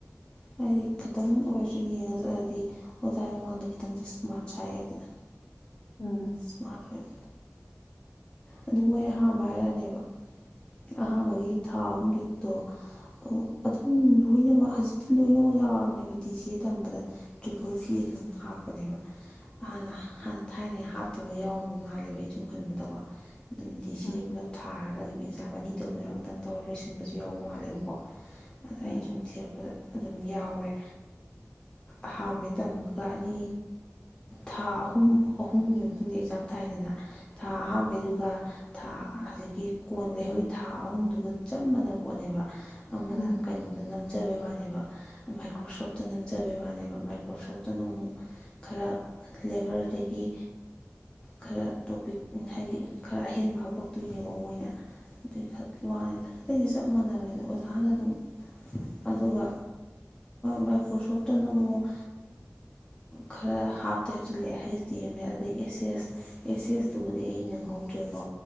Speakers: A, on the left; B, on the left.
A: ꯍꯥꯏꯗꯤ ꯈꯤꯇꯪ ꯑꯣꯏꯔꯁꯨ ꯌꯦꯡꯉ ꯆꯑꯗꯤ ꯑꯣꯖꯥ ꯃꯃꯥꯡꯗ ꯈꯤꯇꯪꯁꯦ ꯏꯁꯃꯥꯔꯠ ꯁꯥꯏꯏꯗꯅ
B: ꯎꯝ
A: ꯏꯁ꯭ꯃꯥꯠ ꯦꯛ ꯑꯗꯨ ꯃꯣꯏ ꯑꯍꯝꯕ ꯍꯥꯏꯔꯛꯑꯅꯦꯕ ꯑꯍꯥꯟꯕꯒꯤ ꯊꯥ ꯑꯍꯨꯝꯒꯤ ꯗꯣ ꯑꯣ ꯑꯗꯨꯝ ꯂꯣꯏꯅꯃꯛ ꯍꯧꯖꯤꯛꯇꯤ ꯂꯣꯏꯅꯃꯛ ꯌꯥꯎꯔꯕꯅꯦꯕ ꯗꯤꯖꯦ ꯇꯝꯕꯗ ꯇ꯭ꯔꯤꯄꯨꯜ ꯐꯤ ꯑꯗꯨꯝ ꯍꯥꯞꯄꯅꯦꯕ ꯍꯥꯟꯅ ꯍꯥꯟꯅ ꯊꯥꯏꯅꯩ ꯍꯥꯞꯇꯕ ꯌꯥꯎꯔꯝꯕ ꯃꯥꯜꯂꯦꯕ ꯑꯩꯅꯁꯨꯝ ꯈꯟꯕꯗꯀꯣ ꯗꯨꯅ ꯗꯤꯁꯤ
B: ꯎꯝ
A: ꯄꯨꯂꯞ ꯊꯥꯔꯒ ꯑꯗꯨꯝ ꯑꯦꯛꯖꯥꯝ ꯑꯅꯤ ꯇꯧꯗꯣꯏ ꯑꯝꯇꯪ ꯇꯧꯔ ꯂꯣꯏꯁꯤꯟꯕꯁꯨ ꯌꯥꯎꯕ ꯃꯥꯜꯂꯦꯕꯀꯣ ꯑꯗ
B: ꯎꯝ
A: ꯑꯩꯅ ꯁꯨꯝ ꯊꯤꯔꯛꯄꯗ ꯑꯗꯨꯝ ꯌꯥꯎꯔꯦ ꯑꯍꯝꯕꯩ ꯇꯝꯕꯒ ꯑꯅꯤ ꯊꯥ ꯑꯍꯨꯝ ꯑꯍꯨꯝꯒꯤ ꯃꯇꯨꯡꯗ ꯑꯦꯛꯖꯥꯝ ꯊꯥꯏꯗꯅ ꯊꯥ ꯑꯍꯝꯕꯗꯨꯒ ꯊꯥ ꯍꯧꯖꯤꯛꯀꯤ ꯀꯣꯟ ꯂꯩꯍꯣꯏ ꯊꯥ ꯑꯍꯨꯝꯗꯨꯒ ꯆꯞ ꯃꯥꯟꯅꯕ ꯄꯣꯠꯅꯦꯕ ꯑꯃꯅ
B: ꯎꯝ
A: ꯀꯩꯅꯣꯗ ꯅꯝꯖꯕꯩ ꯋꯥꯅꯦꯕ ꯃꯥꯏꯀ꯭ꯔꯣꯁꯣꯞꯇ ꯅꯝꯖꯕꯩ ꯋꯥꯅꯦꯕ ꯃꯥꯏꯀ꯭ꯔꯣꯁꯣꯞꯇꯅ ꯑꯃꯨꯛ ꯈꯔ ꯂꯦꯕꯔꯗꯒꯤ ꯈꯔ ꯇꯣꯄꯤꯛ ꯍꯥꯏꯗꯤ ꯈꯔ ꯑꯍꯦꯟꯕ ꯍꯥꯞꯄꯛꯇꯣꯏꯅꯦꯕ ꯃꯣꯏꯅ ꯑꯗꯨꯩ ꯈꯛꯀꯤ ꯋꯥꯅꯤꯗ ꯑꯇꯩꯗꯤ ꯆꯞ ꯃꯥꯟꯅꯕꯅꯤꯗ ꯑꯣꯖꯥꯅ ꯑꯗꯨꯝ ꯑꯗꯨꯒ ꯃꯥꯏꯀ꯭ꯔꯣꯁꯣꯞꯇꯅ ꯑꯃꯨꯛ ꯈꯔ ꯍꯥꯞꯇꯦ ꯍꯥꯞꯁꯜꯂꯦ ꯍꯩꯁ ꯗꯤ ꯑꯦꯝ ꯑꯦ ꯑꯗꯩ ꯑꯦꯁ ꯑꯦꯁ ꯑꯦꯁꯦꯁꯇꯨꯕꯨꯗꯤ ꯑꯩ ꯅꯪꯍꯧꯗ꯭ꯔꯦꯀꯣ